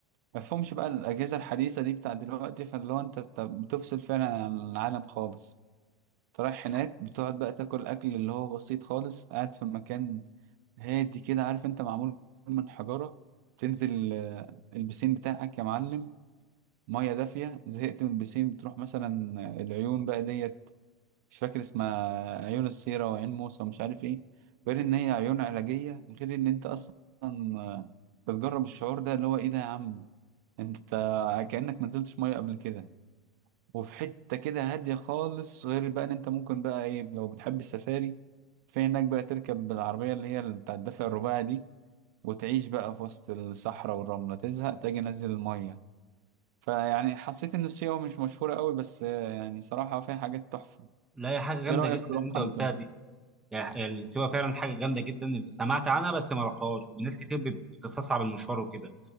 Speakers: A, on the right; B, in the centre.
A: مفهومش بقى الأجهزة الحديثة دي بتاع دلوقتي فاللي هو أنت بت- بتفصل فعلا عن العالم خالص فرايح
B: يعني،
A: هناك بتقعد بقى تاكل الاكل اللي هو بسيط خالص قاعد في مكان هادي كده عارف انت معمول من حجارة تنزل آه، البسين بتاعك يا معلم مية دافية زهقت من البسين بتروح مثلا آه، العيون بقى ديت مش فاكر اسمها عيون السيرة وعين موسى ومش عارف ايه غير ان هي عيون علاجية غير ان انت اصلا آه، بتجرب الشعور ده اللي هو ايه ده يا عم انت كأنك ما نزلتش مية قبل كده وفي حتة كده هادية خالص غير بقى ان انت ممكن بقى ايه لو بتحب السفاري في هناك بقى تركب بالعربية اللي هي بتاع الدفع الرباعي دي وتعيش بقى في وسط الصحراء والرملة تزهق تاجي نزل المية فيعني حسيت ان سيوة مش مشهورة قوي بس آه، يعني صراحة فيها حاجات تحفة
B: لا هي حاجه جامده
A: ايه رأيك
B: جدا
A: تروحها
B: اللي انت قلتها
A: مثلا
B: دي يعني السيوة فعلا حاجة جامدة جدا سمعت عنها بس ما رحتهاش وناس كتير بت- بتستصعب المشوار وكده